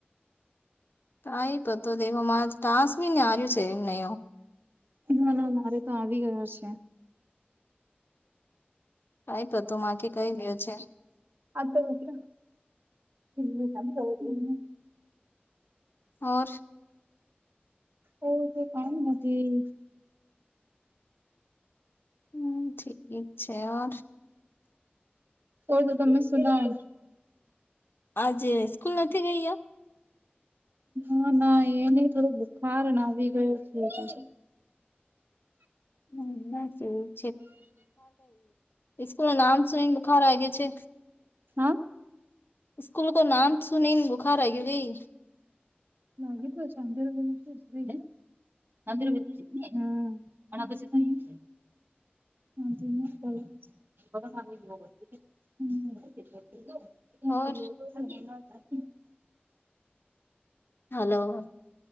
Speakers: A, on the left; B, on the right.
A: તાઈ પતો દેખો મા ટાંસ બી ની આાર્યું છે એમ નયો.
B: ના ના મારે તો આવી ગયો છે.
A: કઈ તો તું માકી કઈ દ્યો છે.
B: આ તો હોરા એ હો <unintelligible>
A: ઓર,
B: ઓર તો કાઈ નથી.
A: હમ ઠીક છે ઓર,
B: ઔર તો તમે સુનાઓ.
A: આજે સ્કૂલ નથી ગઈયા.
B: ના ના એ નહી થોડું બુખાર ને આવી ગયું છે પછી,
A: <unintelligible> બુખારવું છે સ્કૂલ નો નામ સુનેન બુખાર આઇ ગયો છે.
B: હા,
A: સ્કૂલ તો નામ સુની ને બુખાર આઇહ ગયું કઈ.
B: લાગીટ ચાદરગ ભાઈ <unintelligible> હે અંદરધું અને પછી તો હી, આજે <unintelligible> બગ સ બ
A: ઓર
B: <unintelligible>
A: હલો,